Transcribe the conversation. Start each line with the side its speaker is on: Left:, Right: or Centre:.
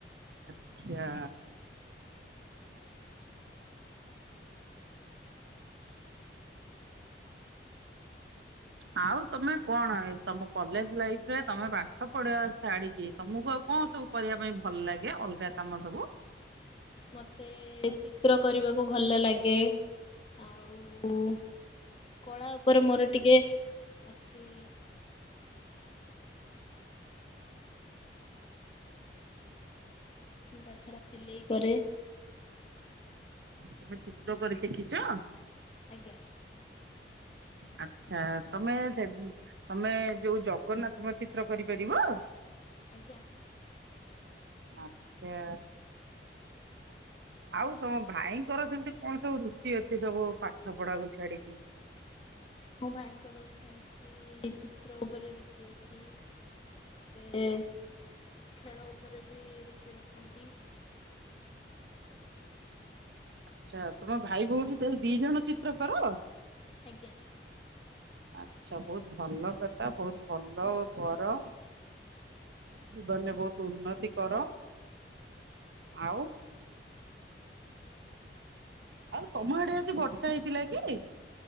Right: ଆଚ୍ଛା। ଆଉ ତମେ କଣ ତମ କଲେଜ ଲାଇଫ ରେ ତମେ ପାଠ ପଢା ଛାଡିକି ତମକୁ ଆଉ। କଣ ସବୁ କରିବା ପାଇଁ ଭଲ ଲାଗେ ଅଲଗା କାମ ସବୁ
Left: ମତେ ଚିତ୍ର କରିବାକୁ ଭଲ ଲାଗେ ଆଉ କଳା ଉପରେ ମୋର ଟିକେ ଅଛି। ତା ଛଡା ସିଲେଇ କରେ।
Right: ତମେ ଚିତ୍ର କରି ଶିଖିଛ?
Left: ଆଜ୍ଞା।
Right: ଆଚ୍ଛା ତମେ ସେ ତମେ ଯୋଉ ଜଗନ୍ନାଥଙ୍କ ଚିତ୍ର କରିପାରିବ?
Left: <inaudible>
Right: ଆଚ୍ଛା। ଆଉ ତମ ଭାଇଙ୍କର ସେମତି କଣ ସବୁ ରୁଚି ଅଛି ସବୁ ପାଠ ପଢାକୁ ଛାଡିକି। <inaudible>
Left: ମୋ ଭାଇଙ୍କର ବି ସେମିତି ଚିତ୍ର ଉପରେ ରୁଚି ଅଛି। ହେ ଖେଳ ଉପରେ ବି ରୁଚି ରଖ। ନ୍ତି।
Right: ଆଚ୍ଛା ତମ ଭାଇ ଭଉଣୀ ତାହେଲେ ଦି ଜଣ ଚିତ୍ର କର।
Left: ଆଜ୍ଞା।
Right: ଆଛା ବହୁତ ଭଲ କଥା ବହୁତ ଭଲ କର। ଜୀବନରେ ବହୁତ ଉନ୍ନତି କର। ଆଉ। ଆଉ ତମ ଆଡେ ଆଜି ବର୍ଷା ହେଇଥିଲା କି?